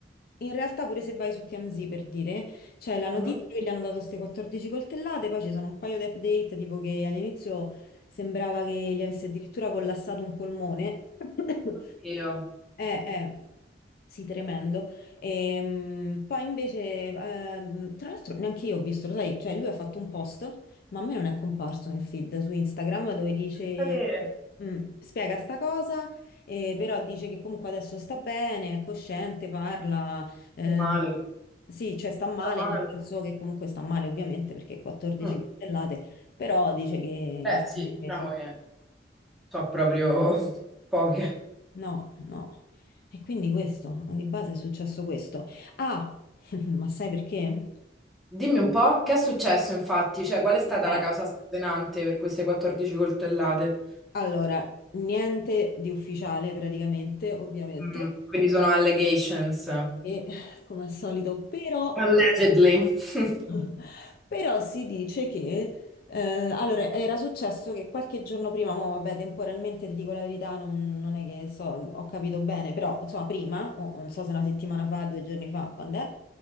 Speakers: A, on the left; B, in the centre.
A: In realtà pure se vai su TMZ per dire, c'è la notizia
B: Mhm.
A: che gli hanno dato queste 14 coltellate, poi ci sono un paio di update, tipo che all'inizio sembrava che gli avesse addirittura collassato un polmone. <laughs>
B: Oddio,
A: Eh, eh, sì, tremendo. Ehm, poi invece, ehm, tra l'altro, neanche io ho visto, lo sai, cioè lui ha fatto un post, ma a me non è comparso nel feed su Instagram dove dice,
B: Pensa
A: eh,
B: te.
A: mm, spiega sta cosa, eh, però dice che comunque adesso sta bene, è cosciente, parla, eh,
B: meno male.
A: sì, cioè sta male,
B: Meno
A: nel
B: male.
A: senso che comunque sta male ovviamente perché 14
B: Mm.
A: coltellate, però dice che,
B: Beh,
A: che si
B: sì,
A: è ripreso.
B: diciamo che so proprio <laughs> poche.
A: No, no. E quindi questo, di base è successo questo. Ah, <laughs> ma sai perché?
B: Dimmi un po', che è successo infatti? Cioè, qual è stata
A: Eh,
B: la causa scatenante per queste 14 coltellate?
A: allora, niente di ufficiale praticamente, ovviamente,
B: Mm, quindi sono allegations. Mm.
A: e <laughs> come al solito, però,
B: Allegedly.
A: <laughs>
B: <laughs>
A: però si dice che, eh, allora, era successo che qualche giorno prima, mo, vabbè, temporalmente ti dico la verità, non, non è che so, ho capito bene, però, insomma, prima, o non so se una settimana fa, due giorni fa, quando è?